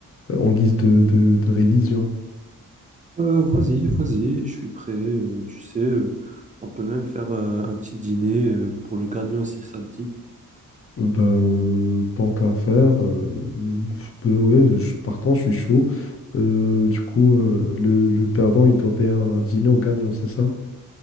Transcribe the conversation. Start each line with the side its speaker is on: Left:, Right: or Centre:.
Left: euh, en guise de, de- de révision.
Right: Euh, vas-y, vas-y, je suis prêt. euh, tu sais, euh, on peut même faire euh, un petit dîner euh, pour le gagnant si ça te dit.
Left: Ben euh, tant qu'à faire, euh, je peux- ouais, je suis partant, je suis chaud. Euh, du coup, euh, le, le perdant, il doit payer un dîner au gagnant, c'est ça?